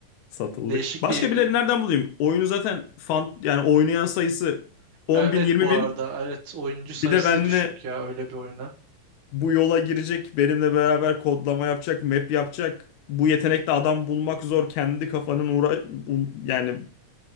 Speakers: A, on the left; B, on the right.
A: Satıldık.
B: Değişik
A: Başka
B: bir ilgi.
A: birileri nereden bulayım? Oyunu zaten fan yani oynayan sayısı 10
B: Ya evet
A: bin 20
B: bu arada
A: bin.
B: evet oyuncu sayısı
A: Bir de benle
B: düşük ya öyle bir oyuna.
A: bu yola girecek, benimle beraber kodlama yapacak, map yapacak. Bu yetenekte adam bulmak zor. Kendi kafanın uğra bul- yani